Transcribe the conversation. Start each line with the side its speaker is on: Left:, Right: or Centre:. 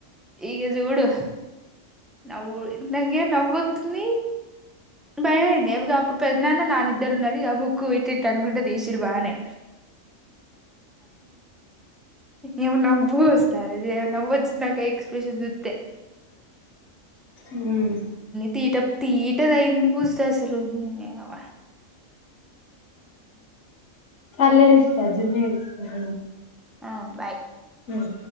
Centre: ఇగ జూడు నవ్వు నాకెమో నవ్వోత్ తుంది భయమైంది ఏమిగ అప్పుడు పెద్దనాన్న నాన్న ఇద్దరూ ఉన్నరు ఇగ ముక్కు ఇ ఇట్లు ఇట్లా అనుకుంటూ తీసిండ్రు బానే ఏమ నవ్వు అసలు ఆరోజు ఏమ నవ్వొచ్చింది నాకు ఆ ఎక్స్ప్రెషన్ జూత్తే
Left: హామ్
Centre: తీట తీటదయింది పూజిత అసలు నీయవ
Left: సరేలే రిషిత జున్ను ఏడుస్తుంది
Centre: ఆ బాయ్
Left: ఉమ్